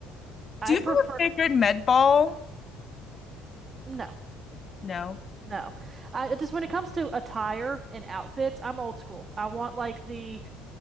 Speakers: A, on the right; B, on the left.
A: I
B: Do you
A: prefer
B: have a favorite med ball?
A: no.
B: No.
A: No. I just when it comes to attire and outfits, I'm old school. I want like the